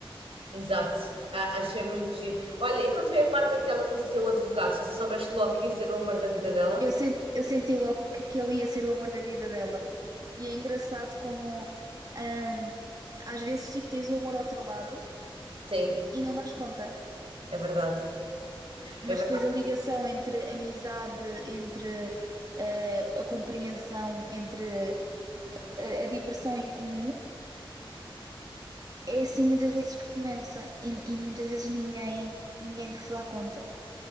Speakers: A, on the right; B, on the right.
A: Exato. A- achei muito giro. Olha, e quando foi a parte em que ela conheceu o advogado, tu soubeste logo que ia ser o amor da vida dela?
B: Eu senti, eu senti logo que aquele ia ser o amor da vida dela. E é engraçado como hum, às vezes tipo, tens o amor ao teu lado
A: Sim,
B: e não dás conta.
A: é verdade. É
B: Mas
A: verdade.
B: depois a ligação entre amizade, entre eh, a compreensão, entre a, a diversão em comum, é assim muitas vezes que começa e, e muitas vezes ninguém, ninguém se dá conta.